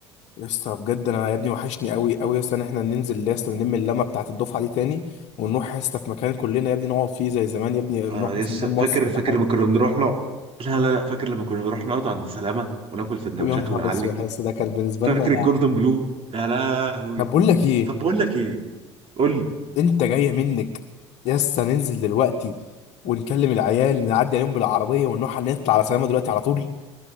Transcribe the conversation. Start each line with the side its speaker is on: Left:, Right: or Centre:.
Left: يا اسطى بجد انا يا ابني وحشني قوي قوي يا اسطى ان احنا ننزل يا اسطى نلم اللمه بتاعت الدفعه دي تاني ونروح يا اسطى في مكان كلنا يا ابني نقعد فيه زي زمان يا ابني
Right: آه
Left: نروح
Right: لسه
Left: مثلا مول مصر
Right: فاكر
Left: ولا
Right: فاكر
Left: حاجه
Right: لما كنا بنروح نقعد لا لا لا فاكر لما كنا بنروح نقعد عند سلامه وناكل سندوتشات
Left: ويا نهار
Right: ونعلي
Left: اسود يا اسطى ده كان بالنسبه
Right: فاكر
Left: لنا
Right: الكوردون بلو يا لهوي
Left: طب بقول لك ايه
Right: طب بقول لك ايه قول لي
Left: انت جايه منك يا اسطى ننزل دلوقتي ونكلم العيال نعدي عليهم بالعربيه ونروح نطلع على سلامه دلوقتي على طول